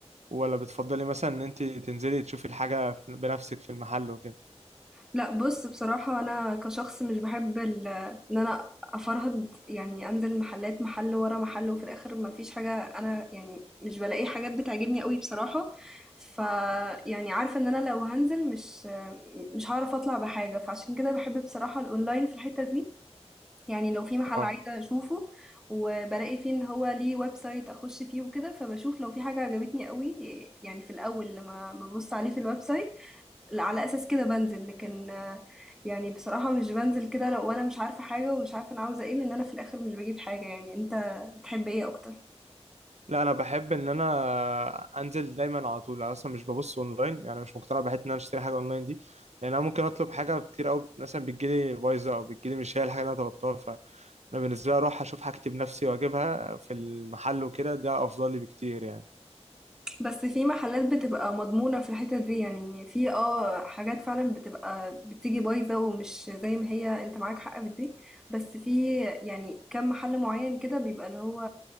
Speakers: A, on the right; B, in the centre.
A: ولا بتفضلي مثلا ان انت تنزلي تشوفي الحاجة في- بنفسك في المحل وكده
B: لأ بُص، بصراحة أنا كشخص مش باحب ال إن أنا أفرهد، يعني أنزل محلات محل ورا محل وفي الآخر ما فيش حاجة أنا يعني مش بالاقي حاجات بتعجبني أوي بصراحة، فيعني عارفة إن أنا لو هانزل مش مش هاعرف أطلع بحاجة، فعشان كده باحب بصراحة الأونلاين في الحتة دي، يعني لو في محل
A: اه
B: عايزة أشوفه وبالاقي فيه إن هو ليه website أخش فيه وكده، فباشوف لو في حاجة عجبتني أوي يعني في الأول لمّا بابُص عليه في الwebsite لا، على اساس كده بنزل لكن آه، يعني بصراحة مش بنزل كده لو وانا مش عارفة حاجة ومش عارفة انا عاوزة ايه لان انا في الاخر مش بجيب حاجة يعني انت بتحب ايه اكتر
A: لا انا بحب ان انا انزل دايما على طول انا اصلا مش ببص اونلاين يعني مش مقتنع بحته ان انا اشتري حاجه اونلاين دي لان انا ممكن اطلب حاجه كتير قوي مثلا بتجيلي بايظه او بتجيلي مش هي الحاجه اللي انا طلبتها فانا بالنسبه لي اروح اشوف حاجتي بنفسي واجيبها في المحل وكده ده افضل لي بكتير يعني
B: بس في محلات بتبقى مضمونة في الحتة دي يعني في اه حاجات فعلا بتبقى بتيجي بايظة ومش زي ما هي انت معاك حق في دي بس في يعني كم محل معين كده بيبقى اللي هو